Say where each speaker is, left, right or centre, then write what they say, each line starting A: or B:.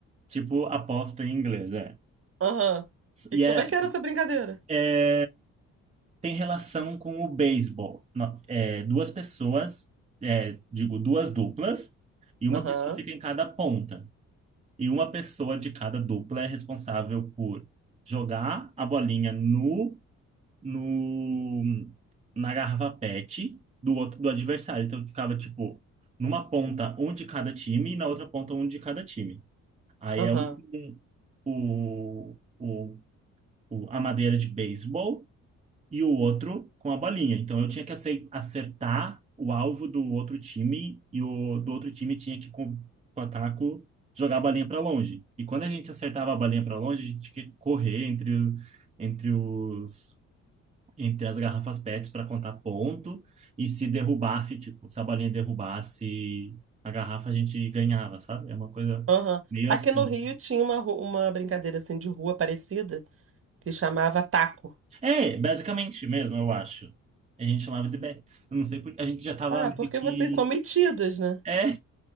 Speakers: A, on the right; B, on the right.
A: Tipo aposta em inglês, é.
B: Aham. E
A: E
B: como
A: é,
B: é que era essa brincadeira?
A: é, tem relação com o beisebol. Não, é, duas pessoas, é, digo, duas duplas, e uma
B: Aham,
A: pessoa fica em cada ponta. E uma pessoa de cada dupla é responsável por jogar a bolinha no no, na garrafa PET do outro, do adversário. Então ficava, tipo, numa ponta um de cada time e na outra ponta um de cada time. Aí
B: aham,
A: é um, um- o, o, o- a madeira de beisebol e o outro com a bolinha. Então eu tinha que acei- acertar o alvo do outro time e o do outro time tinha que, com, com o taco, jogar a bolinha para longe. E quando a gente acertava a bolinha para longe, a gente tinha que correr entre, o- entre os entre as garrafas PETs para contar ponto. E se derrubasse, tipo, se a bolinha derrubasse a garrafa, a gente ganhava, sabe? É uma coisa
B: aham.
A: meio
B: Aqui
A: assim.
B: no Rio tinha uma, ru- uma brincadeira assim de rua parecida que chamava taco.
A: É, basicamente mesmo, eu acho. A gente chamava de bets. Eu não sei porque a gente já tava
B: Ah,
A: meio
B: porque
A: que.
B: vocês são metidos, né?
A: É,